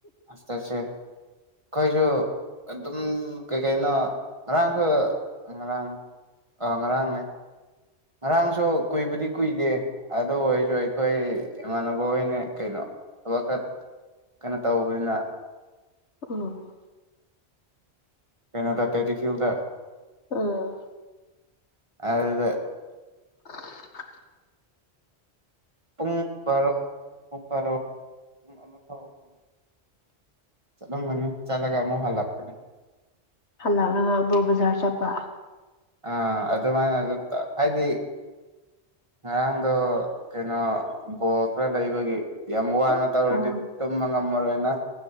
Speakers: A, on the right (about 30°); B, on the left (about 85°).
A: ꯑꯁꯁꯦ ꯀꯣꯏꯁꯨꯣ ꯑꯗꯨꯝ ꯀꯩꯀꯩꯅꯣ ꯉꯔꯥꯡꯁꯨ ꯉꯔꯥꯡ ꯑꯥ ꯉꯔꯥꯡꯅꯦ ꯉꯔꯥꯡꯁꯨ ꯀꯨꯏꯕꯨꯗꯤ ꯀꯨꯏꯗꯦ ꯑꯗꯨ ꯑꯣꯏꯔꯁꯨ ꯑꯩꯈꯣꯏ ꯏꯃꯥꯟꯅꯕ ꯑꯣꯏꯅ ꯀꯩꯅꯣ ꯊꯕꯛ ꯀꯩꯅꯣ ꯇꯧꯕꯅꯤꯅ
B: ꯑꯣ
A: ꯀꯩꯅꯣꯗ ꯇꯦꯔꯤꯐ꯭ꯌꯨꯗ
B: ꯎꯝ
A: ꯑꯗꯨꯗ
B: <inaudible>
A: ꯄꯨꯡ ꯕꯥꯔꯣ ꯄꯨꯡ ꯕꯥꯔꯣ ꯄꯨꯡ ꯑꯃ ꯐꯥꯎꯒꯨꯝꯕ ꯆꯠꯂꯝꯒꯅꯤ ꯆꯠꯂꯒ ꯑꯃꯨ ꯍꯥꯜꯂꯥꯛꯀꯅꯦ
B: ꯍꯜꯂꯛꯅꯒ ꯑꯃꯕꯣꯛ ꯕꯖꯥꯔ ꯆꯠꯄ
A: ꯑ ꯑꯗꯨꯃꯥꯏꯅ ꯑꯗꯨꯝ ꯍꯥꯏꯗꯤ ꯉꯔꯥꯡꯗꯣ ꯀꯩꯅꯣ ꯕꯣꯜ ꯈꯔ ꯂꯩꯕꯒꯤ ꯌꯥꯝ ꯋꯥꯅ
B: ꯑꯣ
A: ꯇꯧꯔꯗꯤ ꯇꯨꯝꯕ ꯉꯝꯃꯔꯣꯏꯅ